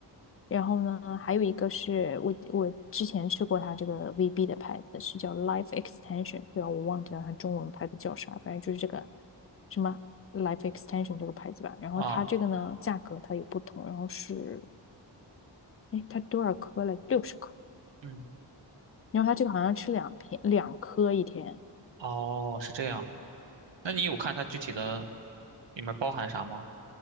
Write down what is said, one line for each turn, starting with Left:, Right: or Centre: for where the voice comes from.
Left: 然后呢，还有一个是我我之前吃过它这个 VB 的牌子，是叫 Life Extension，对啊，然我忘记了它中文牌子叫啥，反正就是这个什么 Life Extension 这个牌子吧。然后它这个呢，
Right: 啊。
Left: 价格它有不同，然后是哎，它多少颗了？六十颗。
Right: 嗯，
Left: 然后它这个好像吃两片两颗一天，
Right: 哦，是这样。那你有看它具体的里面包含啥吗？